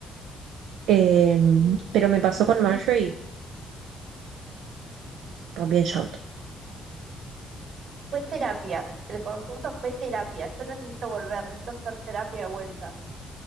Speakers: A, on the right; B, on the right.
A: Eh,
B: Ay, sí,
A: pero me
B: es
A: pasó
B: increíble.
A: con Marjorie, rompí en shock.
B: Fue terapia. El concierto fue terapia. Yo necesito volver, necesito hacer terapia de vuelta.